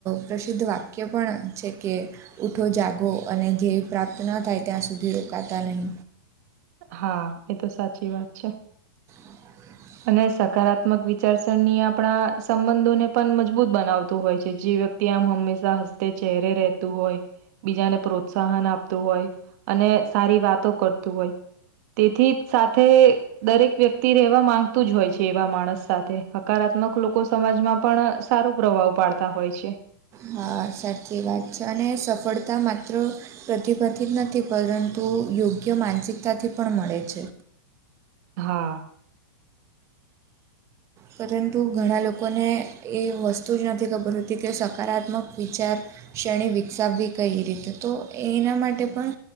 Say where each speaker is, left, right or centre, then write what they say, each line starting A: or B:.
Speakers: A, on the right; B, on the right.
A: પ્રસિદ્ધ વાક્ય પણ છે કે ઊઠો જાગો અને ધ્યેય પ્રાપ્ત ન થાય ત્યાં સુધી રોકાતા નહીં.
B: હા એ તો સાચી વાત છે.
A: <inaudible>
B: અને સકારાત્મક વિચારસરની આપણા સંબંધોને પણ મજબૂત બનાવતું હોય છે જે વ્યક્તિ ત્યાં આમ હંમેશા હસ્તે ચહેરે રહેતું હોય બીજાને પ્રોત્સાહન આપતું હોય અને સારી વાતો કરતું હોય તેથી જ સાથે દરેક વ્યક્તિ રહેવા માંગતું જ હોય છે એવા માણસ સાથે હકારાત્મક લોકો સમાજમાં પણ સારો પ્રભાવ પાડતા હોય છે.
A: હા સાચી વાત છે અને સફળતા માત્ર પ્રતિબાંધિત નથી પરંતુ યોગ્ય માનસિકતાથી પણ મળે છે.
B: હા
A: પરંતુ ઘણા લોકોને એ વસ્તુ જ નથી ખબર હોતી કે સકારાત્મક વિચાર શ્રેણી વિકસાવવી કઈ રીતે તો એના માટે પણ